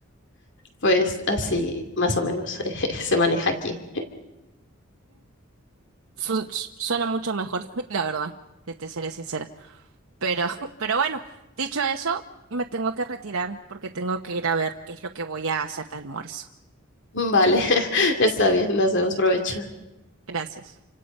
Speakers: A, on the left; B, on the right.
A: Pues así más o menos <laughs> eh, se maneja aquí.
B: Su- su- suena mucho mejor, <laughs> la verdad, te, te seré sincera. Pero, <laughs> pero bueno, dicho eso, me tengo que retirar porque tengo que ir a ver qué es lo que voy a hacer de almuerzo.
A: Vale, <laughs> está bien, nos vemos, provecho.
B: Gracias.